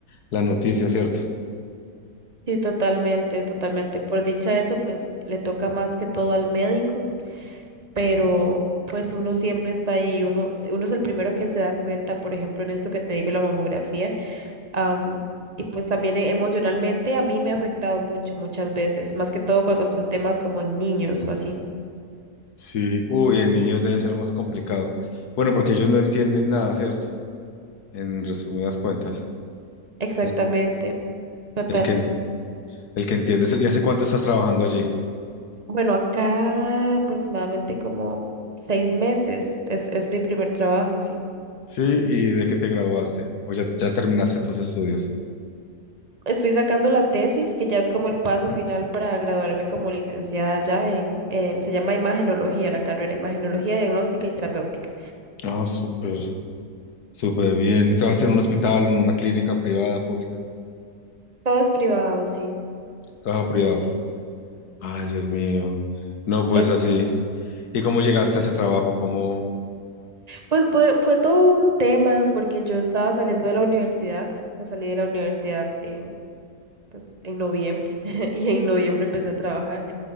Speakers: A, on the left; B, on the right.
A: la noticia, ¿cierto?
B: Sí, totalmente, totalmente. Por dicha eso, pues le toca más que todo al médico, pero pues uno siempre está ahí, uno uno es el primero que se da cuenta, por ejemplo, en esto que te digo, la mamografía Am, y pues también eh, emocionalmente a mí me ha afectado mucho, muchas veces, más que todo cuando son temas como en niños o así.
A: Sí, uy, en niños debe ser más complicado. Bueno, porque ellos no entienden nada, ¿cierto? En resumidas cuentas,
B: Exactamente,
A: el,
B: total.
A: el que, el que entiende es el, ¿y hace cuánto estás trabajando allí?
B: Bueno, acá aproximadamente como seis meses es, es mi primer trabajo, sí.
A: Sí, ¿y de qué te graduaste? ¿O ya, ya terminaste tus estudios?
B: Estoy sacando la tesis, que ya es como el paso final para graduarme como licenciada ya en, en se llama imagenología la carrera, imagenología diagnóstica y terapéutica.
A: Ah, súper, súper bien. ¿Y trabajas en un hospital, en una clínica privada, pública?
B: Todo es privado, sí,
A: Trabajo privado.
B: sí, sí.
A: Ay, Dios mío. No, pues
B: Es,
A: así.
B: sí.
A: ¿Y cómo llegaste a ese trabajo? ¿Cómo?
B: Pues fue, fue todo un tema porque yo estaba saliendo de la universidad, o sea, salí de la universidad en, pues, en noviembre <laughs> y en noviembre empecé a trabajar.